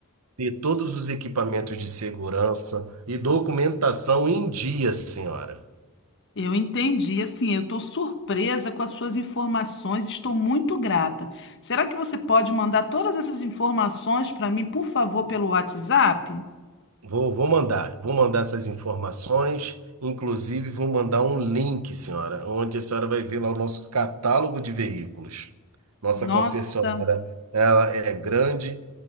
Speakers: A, on the right; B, on the left.
A: ter todos os equipamentos de segurança e documentação em dia, senhora.
B: Eu entendi, assim, eu estou surpresa com as suas informações, estou muito grata. Será que você pode mandar todas essas informações para mim, por favor, pelo WhatsApp?
A: Vou, vou mandar, vou mandar essas informações. Inclusive, vou mandar um link, senhora, onde a senhora vai ver lá o nosso catálogo de veículos. Nossa
B: Nossa.
A: concessionária, ela é grande.